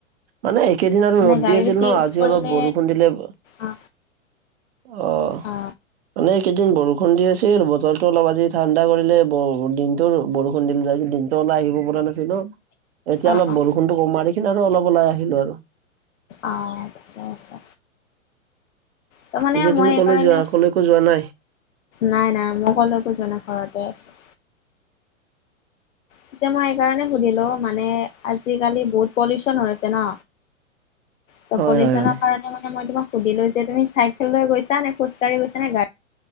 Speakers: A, on the right; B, on the left.
A: মানে একেইদিন আৰু
B: মানে
A: ৰ'দ
B: গাড়ী
A: দি আছিল
B: বেছি
A: ন
B: ইউজ
A: আজি
B: কৰিলে
A: অলপ বৰষুণ দিলে।
B: অ
A: অহ
B: অ
A: মানে এইকেইদিন বৰষুণ দি আছিল বতৰটো অলপ আজি ঠাণ্ডা কৰিলে ব দিনটোৰ বৰষুণ দিলে যে দিনতো ওলাই আহিব পৰা নাছিলো ন। এতিয়া
B: অ
A: অলপ
B: অ
A: বৰ ষুণটো কমা দেখি কিনে আৰু অলপ ওলাই আহিলো আৰু।
B: অঁ ঠিকে আছে। ত মানে
A: পিছে
B: মই
A: তুমি
B: এইকাৰণে
A: কলৈ যোৱা, কলৈকো যোৱা নাই?
B: নাই নাই মই কলৈকো যোৱা নাই ঘৰতে আছো। পিছে মই এই ঋকাৰণে সুধিলো মানে, আজিকালি বহুত পলিউচন হৈ আছে ন।
A: <inaudible>
B: ত পলিউচনৰ
A: হয় হয়
B: কাৰণ মানে মই তোমাক সুধিলো যে তুমি চাইকেল লৈ গৈছাে নে খোজকাঢ়ি গৈছা নে গা